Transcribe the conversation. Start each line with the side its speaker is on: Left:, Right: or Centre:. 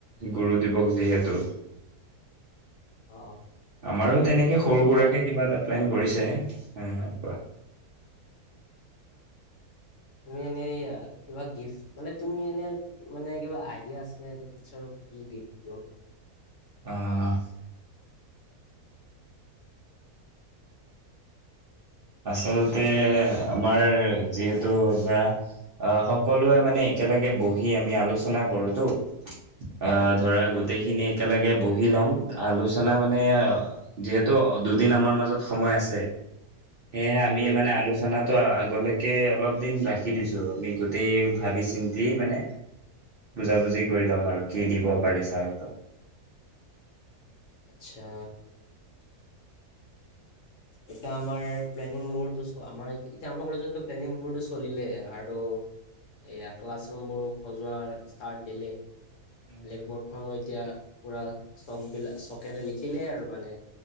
Right: গুৰু দিৱস যিহেতু।
Left: অ
Right: আমাৰো তেনেকে সৰু
Left: তুমি
Right: সুৰাকে কিবা এটা প্লেন কৰিছে হা হা কোৱা
Left: তুমি এনে কিবা গিফট মানে তুমি এনে মানে কিবা আইডিয়া আছে নে টিচাৰ কি গিফ্ট দিওঁ
Right: আহ আচলতে আমাৰ যিহেতু ধৰা আহ সকলোৱে মানে একেলগে বহি আমি আলোচনা কৰোতো অ ধৰা
Left: উম
Right: গোটেইখিনি একেলগে বহুত পুহি ল'ম আলোচনা মানে যিহেতু দুদিন আমাৰ মাজত সময় আছে সেয়েহে আমি
Left: উম
Right: মানে আলোচনাত ত আগলৈকে অলপ দিন ৰাখি দিছো আমি গোটেই ভাবি চিন্তি মানে বুজ বুজি কৰি লম আৰু কি দিব পাৰি ছাৰতক
Left: আচ্ছা এতিয়া আমাৰ প্লেনিং বোৰো আমাৰ এতিয়া আমাৰ কলেজতো প্লেনিং বোৰটো চলিলে আৰু এয়া ক্লাছ ৰুম বোৰ সজোৱা ষ্টাৰ্ট দিলে
Right: উম
Left: ব্লেকবৰ্ড খো এতিয়া পুৰা চক বিলাক চকেৰে লিখিলেই আৰু মানে